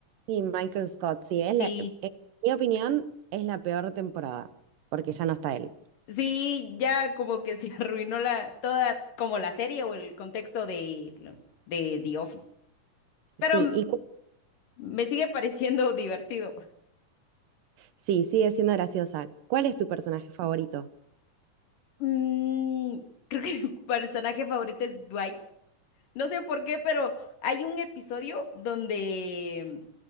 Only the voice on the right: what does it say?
Sí, Michael Scott, sí, es
la- en mi opinión es la peor temporada, porque ya no está él.
Sí,
y cu-
sí, sigue siendo graciosa. ¿Cuál es tu personaje favorito?